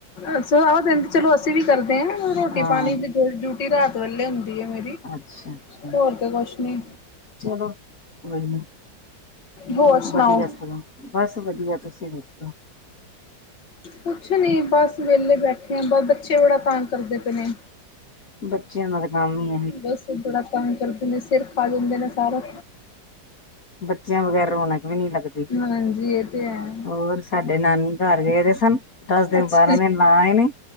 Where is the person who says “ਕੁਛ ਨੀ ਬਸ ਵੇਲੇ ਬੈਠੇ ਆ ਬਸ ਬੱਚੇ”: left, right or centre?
Left